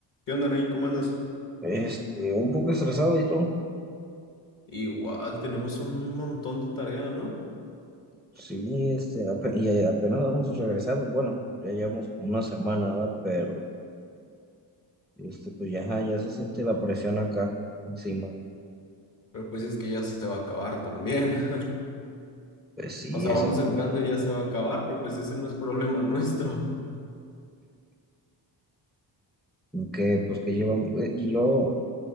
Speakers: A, on the left (about 45°); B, in the centre.
A: ¿Qué onda, Nain? ¿Cómo andas?
B: Este, un poco estresado y todo.
A: Igual tenemos un montón de tarea, ¿no?
B: Sí, este, ape- y apenas vamos regresando. Bueno, ya llevamos como una semana, ¿verdad? Pero, este, pues ya, ya se siente la presión acá encima.
A: Pero pues es que ya se va a acabar también. <laughs>
B: Pues sí,
A: O sea,
B: es
A: vamos
B: el
A: entrando y ya se va a acabar, pero pues ese no es problema <laughs> nuestro.
B: que, pues que llevamos. eh, Y luego,